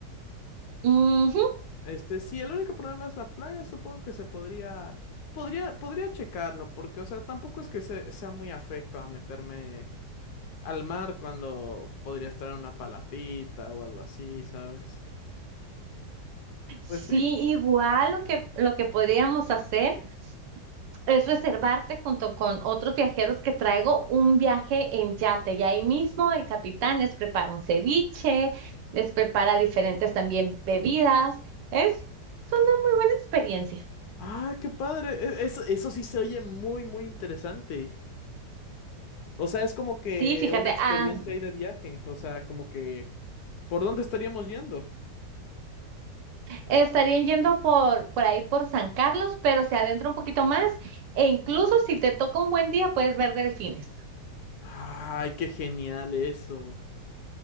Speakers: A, on the right; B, on the left.
A: Ujú.
B: Este, sí, el único problema es la playa, supongo que se podría, podría, podría checarlo, porque, o sea, tampoco es que se- sea muy afecto a meterme al mar cuando podría estar en una palapita o algo así, ¿sabes?
A: Sí,
B: Pues sí.
A: igual lo que, lo que podríamos hacer es reservarte junto con otros viajeros que traigo un viaje en yate y ahí mismo el capitán les prepara un ceviche, les prepara diferentes también bebidas. Es muy buena experiencia.
B: Ah, qué padre. E- Eso, eso sí se oye muy, muy interesante. O sea, es como que
A: Sí, fíjate,
B: una experiencia
A: ah.
B: ahí de viaje. O sea, como que ¿Por dónde estaríamos yendo?
A: Estarían yendo por, por ahí por San Carlos, pero se adentra un poquito más e incluso si te toca un buen día puedes ver delfines.
B: Ay, qué genial eso.